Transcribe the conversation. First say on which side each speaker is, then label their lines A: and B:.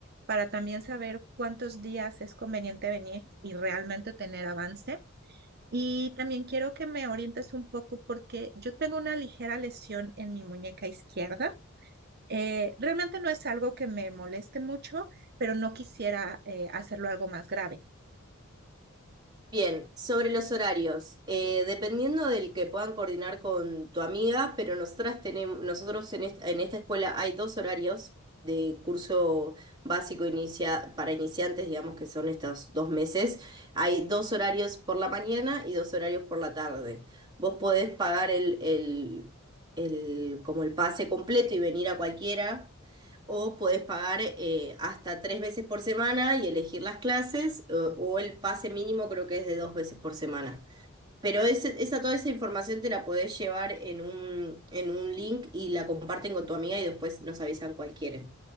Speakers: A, on the right (about 50°); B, on the right (about 20°).
A: para también saber cuántos días es conveniente venir y realmente tener avance. Y también quiero que me orientes un poco porque yo tengo una ligera lesión en mi muñeca izquierda. Eh, realmente no es algo que me moleste mucho, pero no quisiera eh, hacerlo algo más grave.
B: Bien, sobre los horarios, eh, dependiendo del que puedan coordinar con tu amiga, pero nosotras tenemos, nosotros en esta, en esta escuela hay dos horarios de curso básico inicia, para iniciantes, digamos que son estos dos meses. Hay dos horarios por la mañana y dos horarios por la tarde. Vos podés pagar el, el, el, como el pase completo y venir a cualquiera. O podés pagar eh, hasta tres veces por semana y elegir las clases, o, o el pase mínimo creo que es de dos veces por semana. Pero ese- esa, toda esa información te la podés llevar en un, en un link y la comparten con tu amiga y después nos avisan cualquiera.